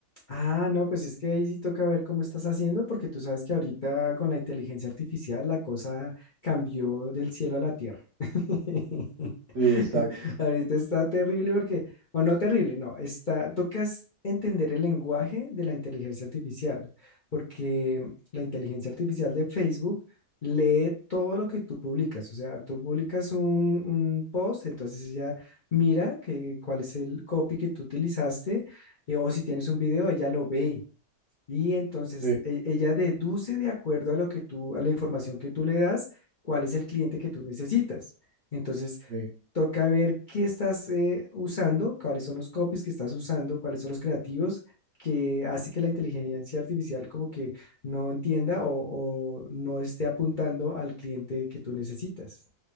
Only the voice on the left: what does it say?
Ah, no, pues es que ahí sí toca ver cómo estás haciendo, porque tú sabes que ahorita con la inteligencia artificial la cosa cambió del cielo a la tierra. <laughs>
Ahorita está terrible porque, o no terrible, no, está, tocas entender el lenguaje de la inteligencia artificial, porque la inteligencia artificial de Facebook lee todo lo que tú publicas, o sea, tú publicas un, un post, entonces ella mira que, cuál es el copy que tú utilizaste eh, o si tienes un video, ella lo ve y entonces
e- ella deduce de acuerdo a lo que tú, a la información que tú le das, cuál es el cliente que tú necesitas. Entonces,
toca ver qué estás eh, usando, cuáles son los copies que estás usando, cuáles son los creativos que hace que la inteligencia artificial como que no entienda o, o no esté apuntando al cliente que tú necesitas.